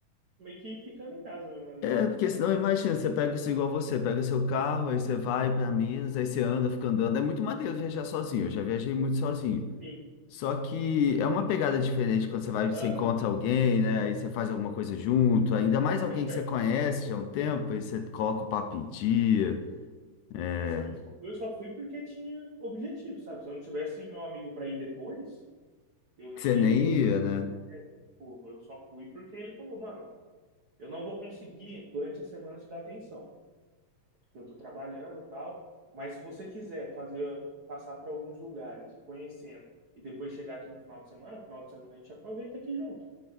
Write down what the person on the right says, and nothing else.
meio que ficando em casa mesmo, né? Não,
não
vai.
Sim,
aham.
É, tipo,
é,
Essa vez que eu fui, eu só fui porque tinha objetivo, sabe? Se eu não tivesse meu amigo pra ir depois, eu nem
iria.
né? Tipo, eu só fui porque ele falou, mano, Eu não vou conseguir durante a semana te dar atenção. porque Eu estou trabalhando e tal, mas se você quiser fazer passar por alguns lugares, ir conhecendo e depois chegar aqui no final de semana, final de semana a gente aproveita aqui junto.